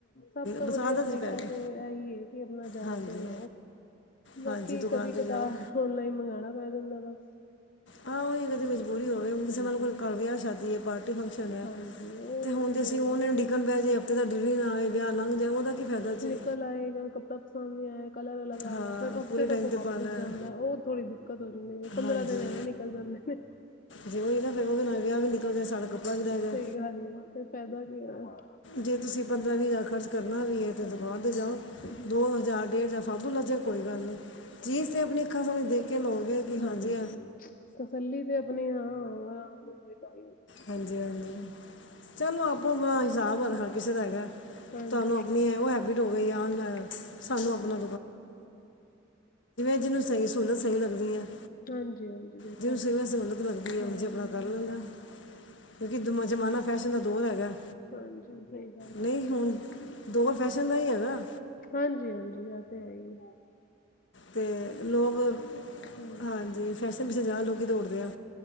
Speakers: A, on the left; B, on the left.
A: ਸਭ ਤੋਂ
B: ਬਸ
A: ਵਧੀਆ
B: ਆਦਤ
A: ਤਰੀਕਾ
B: ਹੀ ਪੈ ਗਈ
A: ਤੇ ਐਈ ਏ ਕਿ ਆਪਣਾ ਜਾ
B: ਹਾਂਜੀ
A: ਕੇ ਲੋ। ਬਾਕੀ,
B: ਹਾਂਜੀ ਦੁਕਾਨ
A: ਕਦੀ
B: ਤੇ
A: ਕਦਾਰ
B: ਜਾਓ
A: ਔਨਲਾਈਨ ਮੰਗਣਾ ਪੈ ਜਾਂਦਾ ਬਸ।
B: ਹਾਂ, ਉਹੀ ਕਦੀ ਮਜਬੂਰੀ ਹੋਵੇ, ਕਿਸੇ
A: ਹਾਂਜੀ
B: ਮੈਨੂੰ ਕੋਈ ਕਾ ਵਿਆ ਸ਼ਾਦੀ ਏ ਪਾ ਫੰਕਸ਼ਨ ਐ,
A: ਹਾਂਜੀ ਉਹ
B: ਤੇ ਹੁਣ ਜੇ
A: ਫੇਰ
B: ਅਸੀ ਓਨਲਾਈਨ ਡਿੱਕਣ ਬੈ ਜੀਏ, ਹਫ਼ਤੇ ਦਾ ਡਿਲੀਵਰੀ ਨਾਲ ਆਏ ਵਿਆਹ ਲੰਘ ਜਾਏ ਉਹਦਾ ਕੀ ਫੇਦਾ ਜੇ।
A: ਕਲ ਆਏਗਾ, ਕੱਪੜਾ ਪਸੰਦ ਨਈ ਆਯਾ ਕਲਰ ਅਲਗ
B: ਹਾਂ
A: ਆ ਗਿਆ, ਫਿਰ ਹਫ਼ਤੇ
B: ਪੂਰੇ ਟਾਈਮ
A: ਤੱਕ ਉਹ
B: ਤੇ
A: ਵਾਪਿਸ
B: ਪਾਣਾ ਹੈ।
A: ਜਾਂਦਾ, ਉਹ ਥੋੜੀ ਦਿੱਕਤ ਹੋ ਜਾਂਦੀ ਏ ਪੰਦਰਾਂ
B: ਹਾਂਜੀ
A: ਦਿਨ ਐਵੇਂ ਨਿਕਲ ਜਾਂਦੇ। <inaudible>
B: ਜੇ ਉਹੀ ਨਾ, ਫਿਰ ਓਦੇ ਨਾਲ ਵਿਆਹ ਵੀ ਨਿਕਲ ਜੇ ਸਾਡਾ। ਕਪੜਾ ਵੀ ਰੈ ਜਾਯੇ,
A: ਸਹੀ ਗੱਲ ਹੈ ਫਿਰ ਫਾਇਦਾ ਕੀ ਹੋਇਆ।
B: ਜੇ ਤੁਸੀਂ ਪੰਦਰਾਂ ਵੀ ਹਜਾਰ ਖ਼ਰਚ ਕਰਨਾ ਵੀ ਏ ਤੇ
A: ਹਾਂਜੀ
B: ਦੁਕਾਨ ਤੇ ਜਾਓ ਦੋ ਹਜ਼ਾਰ, ਡੇਢ ਹਜ਼ਾਰ ਫਾਲਤੂ ਲੱਜ ਜੇ ਕੋਈ ਗੱਲ ਨਈ, ਚੀਜ਼ ਤੇ ਆਪਣੀ ਅੱਖਾਂ ਸਾਮਨੇ ਦੇਖ ਕੇ ਲੋ ਗੇ ਕਿ ਹਨਜੀ
A: ਹਾਂਜੀ ਤਸੱਲੀ ਤੇ ਆਪਨੀ ਹਾਂ, ਆਰਾਮ ਨਾਲ ਹੋਏ ਤਾਂਹੀ ਹੂੰਦੀ ਏ।
B: ਹਾਂਜੀ-ਹਾਂਜੀ, ਚਲੋ ਆਪੋ-ਆਪਣਾ ਹਿਸਾਬ ਹਰ ਕਿਸੇ ਦਾ ਹੈਗਾ।
A: ਹਾਂਜੀ।
B: ਤਾਨੂੰ ਆਪਣੀ ਉਹ ਹੈਬਿਟ ਹੋ ਗਈ ਏ ਆਨ ਜਾਨ, ਸਾਨੂੰ ਅਪਨਾ ਜਿਹਨੂੰ ਸਹੀ ਸਹੂਲਤ ਸਹੀ ਲੱਗਦੀ ਹੈ
A: ਹਾਂਜੀ-ਹਾਂਜ ਵੈਖੋ,
B: ਜਿਹਨੂੰ
A: ਹਾਂ।
B: ਸਹੀ ਸਹੂਲਤ ਲੱਗਦੀ ਹੈ ਉਂਝ ਆਪਣਾ ਕਰ ਲੈਂਦਾ ਕਿਉਂਕਿ, ਜਾ ਜ਼ਮਾਨਾ ਫੈਸ਼ਨ ਦਾ ਦੋਰ ਹੈਗਾ,
A: ਹਾਂਜੀ ਸਹੀ ਗੱਲ ਹੈ।
B: ਨਈ ਹੁਣ ਦੋਰ ਫੈਸ਼ਨ ਦਾ ਹੀ ਹੈਗਾ।
A: ਹਾਂਜੀ-ਹਾਂਜੀ ਐ ਤੇ ਹੈ ਹੀ ਏ।
B: ਤੇ ਲੋਕ,
A: ਹਮ
B: ਹਾਂਜੀ, ਫੈਸ਼ਨ ਪਿੱਛੇ ਜਾਦਾ ਲੋਕੀ ਦੌੜਦੇ ਆ।